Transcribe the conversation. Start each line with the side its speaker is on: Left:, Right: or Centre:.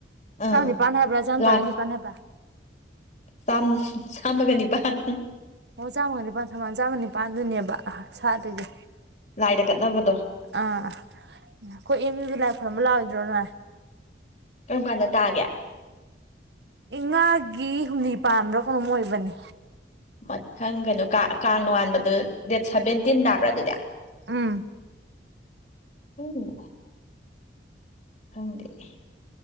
Left: ꯑꯥ
Right: ꯆꯥꯝꯅꯤ ꯄꯥꯟ ꯍꯥꯏꯕ꯭ꯔꯥ ꯆꯥꯝ
Left: ꯂꯥꯏ
Right: ꯇꯔꯥꯅꯤꯄꯥꯟ ꯍꯥꯏꯕ꯭ꯔꯥ
Left: ꯆꯥꯝ ꯆꯥꯝꯃꯒ ꯅꯤꯄꯥꯥꯟ
Right: ꯑꯣ ꯆꯥꯝꯃꯒ ꯅꯤꯄꯥꯥꯟ ꯊꯝꯕꯥꯜ ꯆꯥꯝꯃ ꯅꯤꯄꯥꯟꯗꯨꯅꯦꯕ ꯑ ꯁꯥꯠꯂꯤꯁꯦ
Left: ꯂꯥꯏꯗ ꯀꯠꯅꯕꯗꯣ
Right: ꯑ ꯑꯩꯈꯣꯏ ꯑꯦꯝ ꯌꯨ ꯗ ꯂꯥꯛ ꯈꯣꯏꯔꯝꯕ ꯂꯥꯛ ꯑꯣꯏꯗ꯭ꯔꯣ ꯅꯣꯏ
Left: ꯀꯔꯝ ꯀꯥꯟꯗ ꯇꯥꯒꯦ
Right: ꯏꯉꯥꯒꯤ ꯍꯨꯝꯅꯤ ꯄꯥꯟꯕꯝꯕ꯭ꯔꯥ ꯀꯩꯅꯣꯝ ꯑꯣꯏꯕꯅꯤ
Left: ꯃꯊꯪ ꯀꯩꯅꯣ ꯀꯥꯡ ꯀꯥꯡ ꯅꯣꯡꯉꯥꯟ ꯗꯦꯠ ꯁꯚꯦꯟꯇꯤꯟ ꯇꯥꯕ꯭ꯔꯥ ꯑꯗꯨꯗꯤ
Right: ꯎꯝ
Left: ꯎꯎꯝ ꯈꯪꯗꯦꯅꯦ